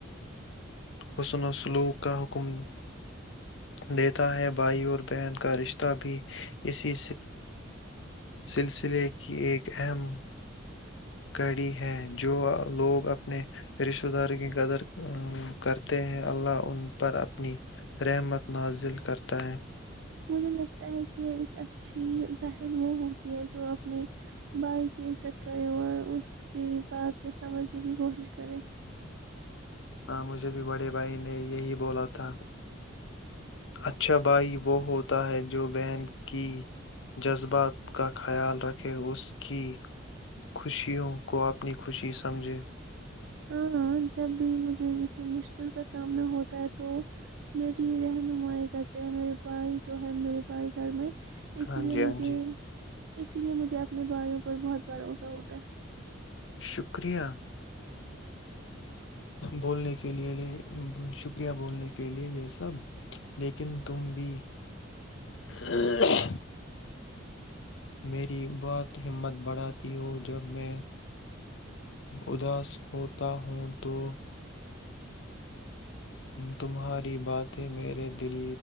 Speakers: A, on the left; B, on the right.
A: حسن و سلوک کا حکم دیتا ہے بھائی اور بہن کا رشتہ بھی اسی سلسلے کی ایک اہم کڑی ہے جو لوگ اپنے رشتہ داروں کی قدر کرتے ہیں اللہ ان پر اپنی رحمت نزل کرتا ہے
B: مجھے لگتا ہے کہ ایک اچھی بہن وہ ہوتی ہے جو اپنے بھائی کی عزت کرے اور اس کی بات کو سمجھنے کی کوشش کرے
A: ہاں مجھے بھی بڑے بھائی نے یہی بولا تھا اچھا بھائی وہ ہوتا ہے جو بہن کی جذبات کا خیال رکھے اس کی خوشیوں کو اپنی خوشی سمجھے
B: ہاں جب بھی مجھے کسی مشکل کا سامنا ہوتا ہے تو میری رہنمائی کرتے ہیں میرے بھائی جو ہے میرے بھائی گھر میں اس
A: ہاں
B: لیے
A: جی ہاں
B: مجھے
A: جی
B: اسی لیے مجھے اپنے بھائیوں پر بہت بھروسہ ہوتا ہے
A: شکریہ بولنے کے لیے شکریہ بولنے کے لیے یہ سب لیکن تم بھی <unintelligible> میری بہت ہمت بڑھاتی ہو جب میں اداس ہوتا ہوں تو تمہاری باتیں میرے دل